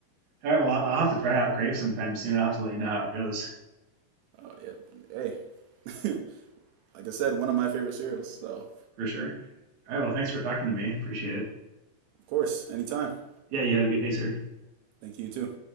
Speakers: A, on the right (about 55°); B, on the right (about 80°).
A: All right. Well, I'll I'll have to try out Crave sometime soon. I'll have to let you know how it goes
B: Uh, yeah, hey, <laughs> like I said, one of my favorite cereals. So
A: for sure. All right. Well, thanks for talking to me. Appreciate it.
B: of course, anytime.
A: Yeah. You have a good day, sir.
B: Thank you too.